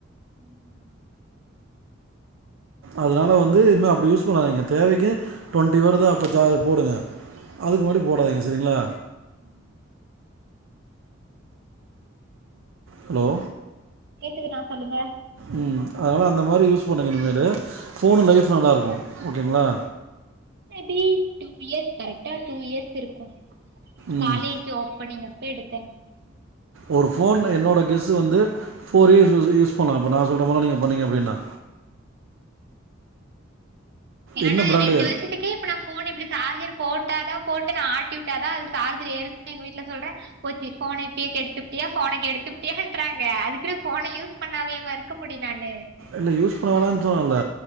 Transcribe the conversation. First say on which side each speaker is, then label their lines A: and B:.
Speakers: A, on the right; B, on the right.
A: ம்
B: அதனால வந்து இனிமே அப்டி யூஸ் பண்ணாதிங்க தேவைக்கு ட்வெண்ட்டி வருதா அப்போ சார்ஜ் போடுங்க அதுக்கு முன்னாடி போடாதீங்க சரிங்களா
A: <inaudible>
B: ஹலோ
A: கேக்குது அண்ணா சொல்லுங்க
B: உம் அதனால் அந்த மாரி யூஸ் பண்ணுங்க இனிமேலு ஃபோன் லைஃப் நல்லாயிருக்கும் ஓகேங்களா
A: டி டூ இயர்ஸ் கரெக்டா டூ இயர்ஸ் இருக்கும்
B: ம்.
A: காலேஜ் ஓப்பனிங் அப்ப எடுத்தேன்
B: ஒரு ஃபோன் என்னோடோ கெஸ் வந்து ஃப்போர் இயர்ஸ் யூஸ் பண்ணலாம் இப்போ நான் சொல்ற மாதிரி நீங்கள் பண்ணீங்க அப்டின்னா
A: ஏன்னா
B: என்ன பிராண்டு?
A: இரண்டு வருஷத்துக்கு இப்போ நான் ஃபோன் இப்டி சார்ஜர் போட்டாதான் போட்டு நான் ஆட்டி விட்டாதான் அது சார்ஜர் ஏறுதுன்னு எங்க வீட்ல சொல்றேன் போச்சு ஃபோனை இப்பையே கெடுத்துப்புட்டியா ஃபோனை கெடுத்துப்புட்டியான்றங்க அதுக்குன்னு ஃபோனை யூஸ் பண்ணாவே வா இருக்க முடியும் நானு
B: இல்ல யூஸ் பண்ண வோனானு சொல்லல